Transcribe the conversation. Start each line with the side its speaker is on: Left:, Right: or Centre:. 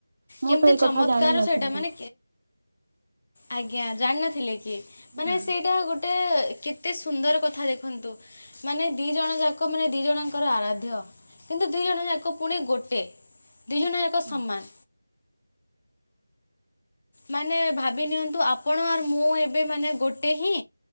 Right: ମୁଁ
Left: କେମିତି
Right: ତ ଏଇ
Left: ଚମତ୍କାର
Right: କଥା ଜାଣିନଥିଲି।
Left: ସେଇଟା ମାନେ ଆଜ୍ଞା ଜାଣିନଥିଲେ ମାନେ
Right: ନା
Left: ସେଇଟା ଗୋଟେ ଟେ କେତେ ସୁନ୍ଦର କଥା ଦେଖନ୍ତୁ ମାନେ ଦି ଜଣ ଯାକ ମାନେ ଦି ଜଣଙ୍କର ଆରାଧ୍ୟ। କିନ୍ତୁ ଦି ଜଣ ଯାକ ପୁଣି ଗୋଟେ। ଦୁଇ ଜଣ
Right: ହଁ
Left: ସମାନ। ମାନେ ଭାବି ନିଅନ୍ତୁ ଆପଣ ଅ ମୁଁ ଏବେ ମାନେ ଗୋଟେ ହିଁ